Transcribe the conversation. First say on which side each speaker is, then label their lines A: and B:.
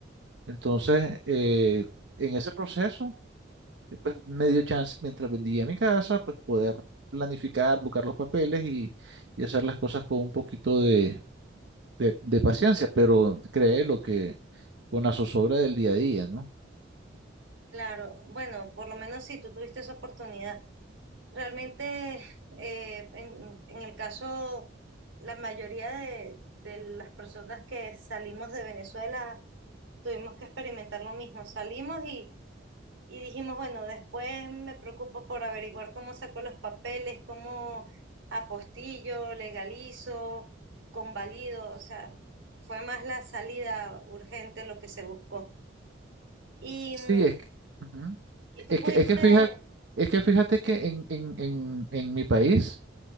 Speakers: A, on the right (about 70°); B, on the right (about 90°).
A: Entonces, eh, en ese proceso, eh, pues me dio chance, mientras vendía mi casa, pues poder planificar, buscar los papeles y, y hacer las cosas con un poquito de de, de paciencia, pero cree lo que con la zozobra del día a día, ¿no?
B: Claro, bueno, por lo menos si tú tuviste esa oportunidad. Realmente, <laughs> eh, en, en el caso la mayoría de, de las personas que salimos de Venezuela tuvimos que experimentar lo mismo. Salimos y, y dijimos, bueno, después me preocupo por averiguar cómo saco los papeles, cómo apostillo, legalizo, convalido. O sea, fue más la salida urgente lo que se buscó. Y,
A: Sí,
B: mm,
A: es que, ujú.
B: y tú
A: Es
B: pudiste,
A: que, es que fíjate, es que fíjate que en, en, en, en mi país